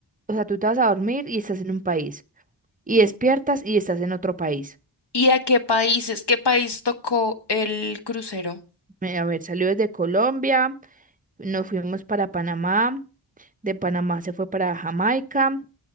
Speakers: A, on the right; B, on the left.
A: o sea, tú te vas a dormir y estás en un país. Y despiertas y estás en otro país.
B: ¿Y a qué países? ¿Qué país tocó el crucero?
A: Me- A ver, salió desde Colombia. Nos fuimos para Panamá, de Panamá se fue para Jamaica